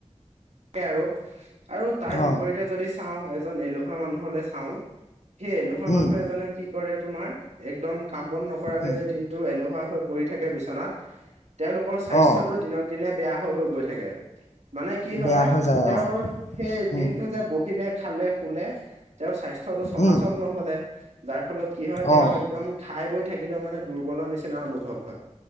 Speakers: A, on the right (about 65°); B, on the left (about 70°).
A: তাকে আৰু, আৰু তাৰ বিপৰীতে
B: অ
A: যদি চাওঁ এজন এলেহুৱা মানুহলে চাওঁ সেই এলেহুৱা
B: উম
A: মানুহ এজনে কি কৰে তোমাৰ একদম কাম বন নকৰাকে
B: উম
A: যে দিনটো এলেহুৱা হৈ পৰি থাকে বিচনাত তেওঁলোকৰ স্বাস্থ্যটো
B: অ
A: দিনক দিনে বেয়া হৈ গৈ থাকে মানে। কি হয়
B: বেয়া হৈ যায়
A: তেওঁৰ
B: অ
A: সেই দিনটো
B: উম
A: যে বহিলে খালে, খুলে তেওঁৰ স্বাস্থ্যটো চলাচল
B: উম
A: নহলে যাৰ ফলত কি হয় তেওঁ
B: অ
A: একদম খাই বৈ থাকিলেও মানে দুৰ্বল নিচিনা অনুভৱ।